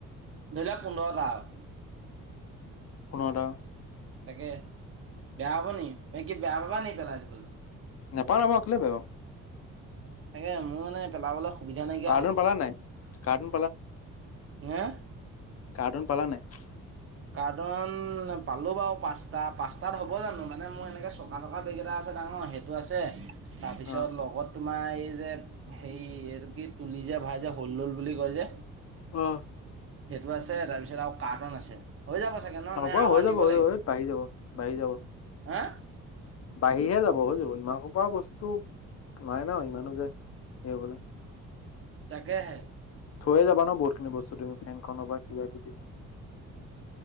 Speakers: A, on the right; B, on the left.
A: ধৰি লোৱা পোন্ধৰটা আৰু
B: কোনটাা
A: তাকে বেয়া পাব নি নে কি বেয়া পাবা নি পেলাই দিবলৈ।
B: নাপাওঁ নাপাওঁ কেলে বেয়া পাম
A: তাকে মোৰ মানে পেলাবলৈ সুবিধা নাইকিয়া
B: কাৰ্টুন
A: হল
B: পালা নাই কাৰ্টুন
A: হা
B: কাৰ্টোন পালা নাই
A: কাৰ্টন পালো বাৰু পাঁচটা পাঁচটাত হ'ব জানো মানে মোৰ এনেকে চকা থকা বেগক এটা আছে ডাঙৰ সেইটো আছে, তাৰপিছত
B: অ
A: লগত তোমাৰ এই যে হেৰি এইটো কি তুলি যে ভৰাই যে হ'ল দল বুলি কয় যে
B: অ'।
A: সেইটো আছে তাৰপিছত আৰু কাৰ্টন আছে। হৈ যাব চাগে ন নে
B: হ'ব
A: আৰু
B: হৈ
A: আনিব
B: যাব হৈ
A: লাগিব,
B: যাব এই বাঢ়ি যাব বাঢ়ি যাব
A: আ।
B: বাঢ়িহে যাব হৈ যাব ইমান সোপা বস্তু মানে ন ইমানো যে হেৰি হ'বলে।
A: তাকেহে।
B: লৈ যাবা ন বহুত খিনি বস্তু তুমি ফেন খনৰ বা কিবা কিবি।